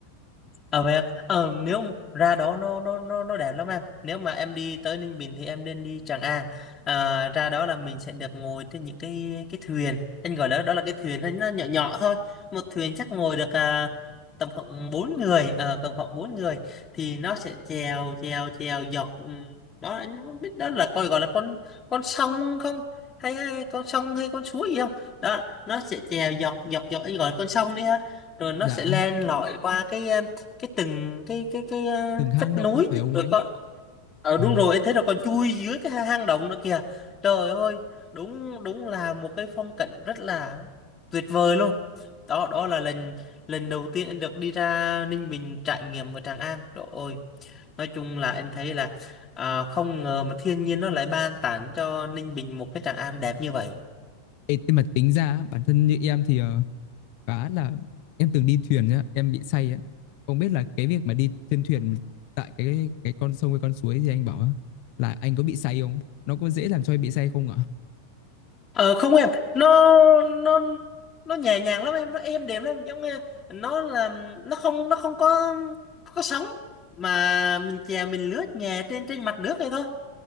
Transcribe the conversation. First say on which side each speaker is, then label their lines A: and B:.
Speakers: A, on the left; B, on the left.
A: ờ vậy à? ờ nếu mà ra đó nó nó nó nó đẹp lắm em nếu mà em đi tới Ninh Bình thì em nên đi Tràng An à, ra đó là mình sẽ được ngồi trên những cái cái thuyền anh gọi đó đó là cái thuyền nó nó nhỏ nhỏ thôi một thuyền chắc ngồi được à, tầm khoảng bốn người ờ tầm khoảng bốn người thì nó sẽ chèo chèo chèo dọc ừ, đó anh không biết đó là coi gọi là con con sông không hay, hay con sông hay con suối gì không đó nó sẽ chèo dọc dọc dọc anh gọi là con sông đi ha rồi nó
B: dạ
A: sẽ len lỏi qua cái cái từng cái cái cái à,
B: từng hang
A: vách
B: động
A: núi
B: á phải không
A: rồi
B: anh
A: con ờ
B: ờ.
A: đúng rồi em thấy là còn chui dưới cái hang động nữa kìa trời ơi đúng đúng là một cái phong cảnh rất là tuyệt vời luôn đó đó là lần lần đầu tiên anh được đi ra Ninh Bình trải nghiệm ở Tràng An trời ơi nói chung là anh thấy là à, không ngờ mà thiên nhiên nó lại ban tặng cho Ninh Bình một cái Tràng An đẹp như vậy
B: Ê, mà tính ra bản thân như em thì ờ, khá là em từng đi thuyền nhá em bị say á không biết là cái việc mà đi trên thuyền tại cái cái con sông hay con suối gì anh bảo á, là anh có bị say không nó có dễ làm cho em bị say không ạ
A: Ờ không em, nó nó nó nhẹ nhàng lắm em, nó êm đềm lắm, giống như nó là nó không nó không có có sóng mà mình chèo mình lướt nhẹ trên trên mặt nước này thôi.